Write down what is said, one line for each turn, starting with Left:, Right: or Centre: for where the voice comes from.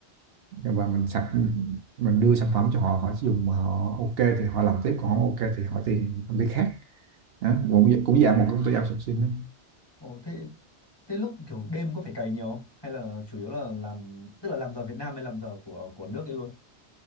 Right: và mình sẵn mình đưa sản phẩm cho họ họ sử dụng mà họ ok thì họ làm tiếp còn không ok thì họ tìm công ty khác Đó, cũng cũng dạng một công ty outsourcing đó.
Left: ồ thế thế lúc kiểu đêm có phải cày nhiều không hay là chủ yếu là làm tức là làm giờ Việt Nam hay làm giờ của của nước ấy luôn